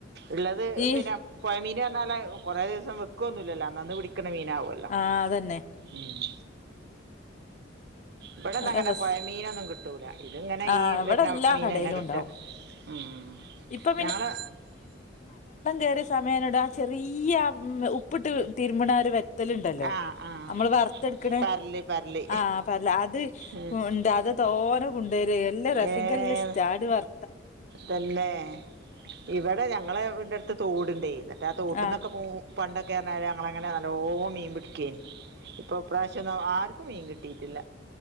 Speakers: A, on the right (about 55°); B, on the left (about 40°).
A: ള്ളത്
B: ഈ
A: പിന്നെ പൊയമീന്റെ ലന്നാല് കൊറേ ദിസം വെക്കൊന്നുല്ലല്ലോ അന്നന്ന് പിടിക്ണ മീനാവൊല്ലോ
B: ആഹ് അതന്നെ
A: ഉം ഇവടന്നും
B: നല്ല
A: അങ്ങനെ
B: രസ്
A: പൊയ മീനൊന്നു കിട്ടൂല ഇത് ങ്ങനെ
B: ആഹ്
A: ഈ
B: ഇവിടെ
A: വരുണ
B: എല്ലാ
A: മീനന്നെ
B: കടയിലും
A: കിട്
B: ഉണ്ടാവും
A: ഉം
B: ഇപ്പൊ
A: ഞങ്ങള്
B: ചെറിയെ സമയനോട് ആ ചെറിയ്യ ഉപ്ട്ട് തിരുമണ ആഹ് ഒരു വ ന്തല്ണ്ടല്ലോ
A: ആഹ് ആഹ്
B: മ്മള് വർത്ത്ട്ക്ക്ണെ
A: പരല് പരല്
B: ആഹ് അ ത്
A: ഉം
B: കൊണ്ട് അത് തോനെ കുണ്ടോരെ ല്ല രസിക്കല്ലിസ്റ്റാടണ്
A: ഏഹ്
B: വർ
A: തന്നെ ഇവടെ ഞങ്ങള വീട്ന്റട്ത്ത് തോട്ണ്ടേയ് ന്നട്ടാ തോട്ട്ന്നൊക്കെ
B: ആഹ്
A: പണ്ടൊക്കെർഞ്ഞാല ങ്ങളങ്ങന നല്ലോ മീ പിടിക്കെന്ന് ഇപ്പൊ ഇപ്രാവശ്യന്നും ആർക്കും മീ കിട്ടീട്ടില്ല